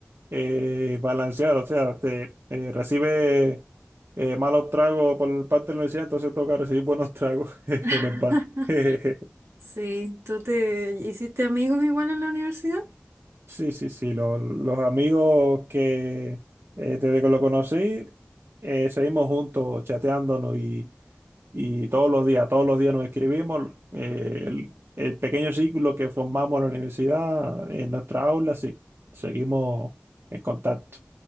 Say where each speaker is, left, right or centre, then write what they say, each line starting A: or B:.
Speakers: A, on the right; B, on the right.
A: eh, balancear, o sea, te eh, recibe eh, malos tragos por parte de la universidad, entonces toca recibir buenos tragos <laughs> en
B: <laughs>
A: el bar. <laughs>
B: Sí, ¿tú te hiciste amigos igual en la universidad?
A: Sí, sí, sí, lo- los amigos que eh, desde que lo conocí, eh, seguimos juntos chateándonos y, y todos los días, todos los días nos escribimos. eh, el, el pequeño círculo que formamos en la universidad, en nuestra aula, sí, seguimos en contacto.